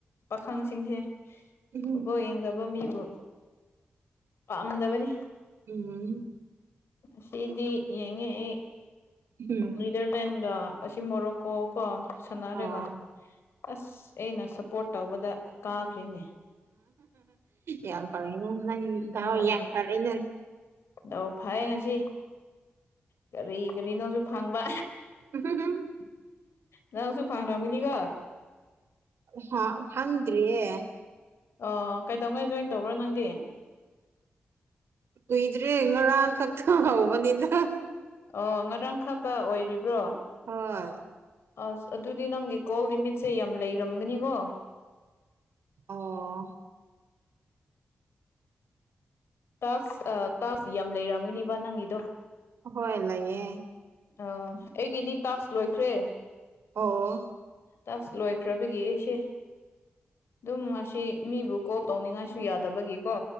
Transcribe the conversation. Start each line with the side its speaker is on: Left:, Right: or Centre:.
Left: ꯄꯥꯈꯪꯁꯤꯡꯁꯤ
Right: ꯎꯝ
Left: ꯐꯨꯠꯕꯣꯜ ꯌꯦꯡꯗꯕ ꯃꯤꯕꯨ ꯄꯥꯝꯗꯕꯅꯤ
Right: ꯎꯝ
Left: ꯑꯁꯤꯗꯤ ꯌꯦꯡꯉꯛꯏ ꯑꯩ
Right: ꯎꯝ
Left: ꯅꯤꯗ꯭ꯔꯂꯦꯟꯒ ꯑꯁꯤ ꯃꯣꯔꯣꯛ ꯀꯣ ꯀꯣ ꯁꯥꯟꯅꯔꯒ
Right: ꯑꯣ
Left: ꯑꯁ ꯑꯩꯅ ꯁꯞꯄꯣꯔꯠ ꯇꯧꯕꯗ ꯀꯥꯈ꯭ꯔꯤꯅꯦ
Right: ꯌꯥꯝ ꯐꯥꯔꯅꯦ ꯅꯪ ꯗꯥꯎ
Left: ꯎꯝ
Right: ꯌꯥꯈ꯭ꯔꯦꯅꯦ
Left: ꯗꯥꯎ ꯐꯩꯌꯦ ꯉꯁꯤ ꯀꯔꯤ ꯀꯔꯤꯅꯣꯁꯨ ꯐꯪꯕ
Right: <unintelligible>
Left: ꯅꯪꯁꯨ ꯐꯪꯂꯝꯒꯅꯤꯀꯣ
Right: ꯍꯥ ꯐꯪꯗ꯭ꯔꯤꯌꯦ
Left: ꯑꯣ ꯀꯩꯗꯉꯩ ꯖꯣꯏꯟ ꯇꯧꯕ꯭ꯔ ꯅꯪꯗꯤ
Right: ꯀꯨꯏꯗ꯭ꯔꯤ ꯉꯔꯥꯡ ꯈꯛꯇ ꯍꯧꯕꯅꯤꯗ
Left: ꯑꯣ ꯉꯔꯥꯡ ꯈꯪꯛꯇ ꯑꯣꯏꯔꯤꯕ꯭ꯔꯣ
Right: ꯍꯣꯏ
Left: ꯑꯁ ꯑꯗꯨꯗꯤ ꯅꯪꯒꯤ ꯀꯣꯜ ꯂꯤꯃꯤꯠꯁꯦ ꯌꯥꯝ ꯂꯩꯔꯝꯒꯅꯤꯀꯣ
Right: ꯑꯣ
Left: ꯇꯥꯛꯁ ꯑꯥ ꯇꯥꯛꯁ ꯌꯥꯝ ꯂꯩꯔꯝꯒꯅꯤꯕ ꯅꯪꯒꯤꯗꯣ
Right: ꯍꯣꯏ ꯂꯩꯌꯦ
Left: ꯑꯣ ꯑꯩꯒꯤꯗꯤ ꯇꯥꯛꯁ ꯂꯣꯏꯈ꯭ꯔꯦ
Right: ꯑꯣ
Left: ꯇꯥꯛꯁ ꯂꯣꯏꯈ꯭ꯔꯕꯒꯤ ꯑꯩꯁꯤ ꯑꯗꯨꯝ ꯉꯁꯤ ꯃꯤꯕꯨ ꯀꯣꯜ ꯇꯧꯅꯤꯡꯉꯥꯏꯁꯨ ꯌꯥꯗꯕꯒꯤꯀꯣ